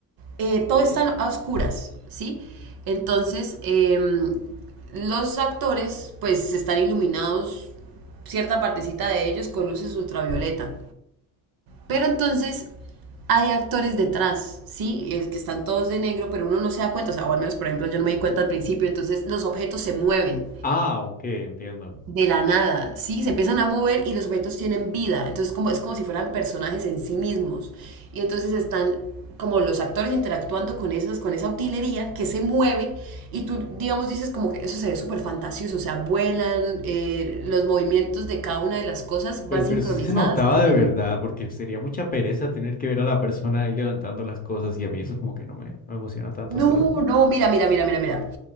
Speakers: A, on the right (about 60°); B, on the left (about 25°).
A: eh, todo está a oscuras, ¿sí? Entonces, em, los actores pues están iluminados cierta partecita de ellos con luces ultravioleta. Pero entonces hay actores detrás, ¿sí? Es que están todos de negro, pero uno no se da cuenta. O sea, o al menos, por ejemplo, yo no me di cuenta al principio. Entonces, los objetos se mueven
B: Ah, ok, entiendo.
A: de la nada, ¿sí? Se empiezan a mover y los objetos tienen vida. Entonces, como, es como si fueran personajes en sí mismos. Y entonces están como los actores interactuando con esas, con esa utilería que se mueve y tú, digamos, dices como que eso se ve súper fantasioso, o sea, vuelan, eh, los movimientos de cada una de las cosas
B: Pero,
A: van sincronizadas
B: pero sí se notaba
A: con
B: de
A: el,
B: verdad, porque sería mucha pereza tener que ver a la persona ahí levantando las cosas y a mí eso como que no me, no me emociona tanto,
A: No,
B: ¿sabes?
A: no, mira, mira, mira, mira, mira.